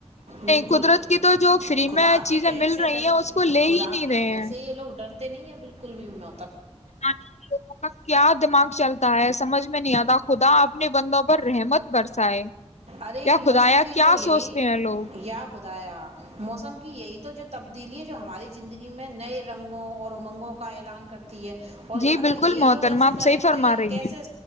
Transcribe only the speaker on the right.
بالکل
نہیں
خدا
کے قہر
سے
ڈر
خدا
کے
قہر سے یہ لوگ ڈرتے نہیں ہیں بالکل کل بھی میں
ارے یہ
موسم
کی
جو یہی
یا خدایا موسم کی یہی تو جو تبدیلی جو ہماری زندگی میں نئے رنگوں اور امنگوں کا اعلان کرتے ہے اور
اگر
یہی
لوگ ایسے
کریں
گے
تو یہ
کیسے